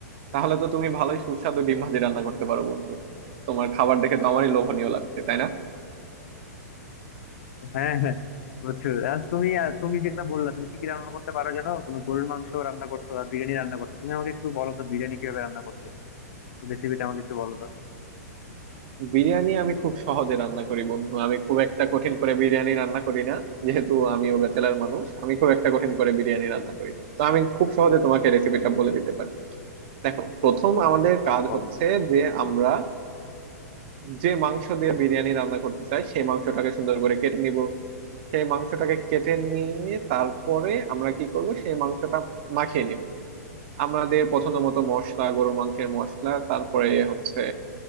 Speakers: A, on the right; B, on the left.
A: তাহলে তো তুমি ভালোই সুস্বাদু ডিম ভাজি রান্না করতে পারো বন্ধু তোমার খাবার দেখে তো আমারই লোভনীয় লাগছে তাই না
B: হ্যাঁ হ্যাঁ বুঝছো আর তুমি আর তুমি যেটা বললা তুমি কি কি রান্না করতে পারো জানো তুমি গরুর মাংস রান্না করছো আর বিরিয়ানি রান্না করছো তুমি আমাকে একটু বলো তো বিরিয়ানি কিভাবে রান্না করছো রেসিপিটা আমাকে একটু বলো তো
A: বিরিয়ানি আমি খুব সহজে রান্না করি বন্ধু আমি খুব একটা কঠিন করে বিরিয়ানি রান্না করি না যেহেতু আমিও ব্যাচেলার মানুষ আমি খুব একটা কঠিন করে বিরিয়ানি রান্না করি না। তো আমি খুব সহজে তোমাকে রেসিপিটা বলে দিতে পারি দেখো প্রথম আমাদের
B: হ্যাঁ
A: কাজ
B: বলো
A: হচ্ছে যে আমরা যে মাংস দিয়ে বিরিয়ানি রান্না করতে চাই সেই মাংসটাকে সুন্দর করে কেটে নিব সেই মাংসটাকে কেটে নিয়ে তারপরে আমরা কি করব সেই মাংসটা মাখিয়ে নিব আমাদের পছন্দ মতো মশলা গরুর মাংসের মশলা তারপরে হচ্ছে